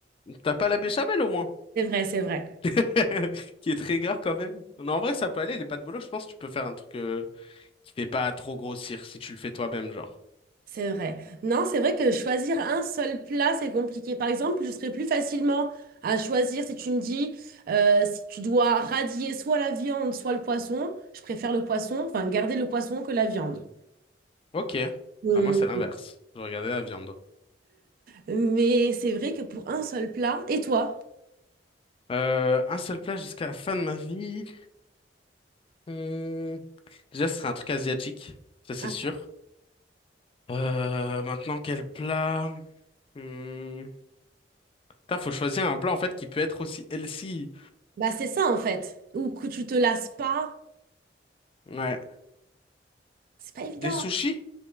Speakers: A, on the left; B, on the right.
A: T'as pas la béchamel, au moins,
B: C'est vrai, c'est vrai.
A: <laughs> qui est très gras quand même. Non, en vrai, ça peut aller. Les pâtes bolo, je pense que tu peux faire un truc euh, qui fait pas trop grossir si tu le fais toi-même, genre.
B: C'est vrai. Non, c'est vrai que choisir un seul plat, c'est compliqué. Par exemple, je serais plus facilement à choisir si tu me dis, euh, si tu dois radier soit la viande, soit le poisson, je préfère le poisson, enfin garder le poisson que la viande.
A: Ok.
B: Hum,
A: Bah, moi, c'est l'inverse. Je regardais la viande.
B: Mais c'est vrai que pour un seul plat, et toi?
A: Euh, un seul plat jusqu'à la fin de ma vie. Hmm, Déjà, ce serait un truc asiatique, ça c'est
B: Ah,
A: sûr. Euh, maintenant, quel plat? Hmm. Putain, faut choisir un plat en fait qui peut être aussi healthy.
B: bah c'est ça en fait. Ou que tu te lasses pas,
A: Ouais.
B: c'est pas évident.
A: Des sushis?